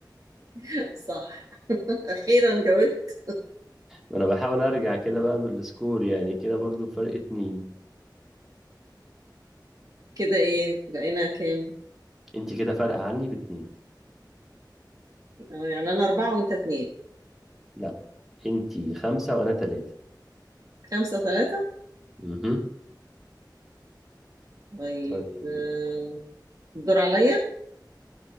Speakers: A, on the right; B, in the centre.
A: <laughs> صح <laughs> اخيرا جاوبت
B: ما أنا بحاول أرجع كده بقى بالسكور يعني كده برضو فرق اتنين
A: كده ايه بقينا كام
B: أنتي كده فارقة عني باتنين
A: آه، يعني انا اربعة وانت اتنين
B: لا أنتي خمسة وأنا تلاتة
A: خمسة ثلاثة
B: مهم.
A: طيب
B: طيب
A: آه، الدور عليا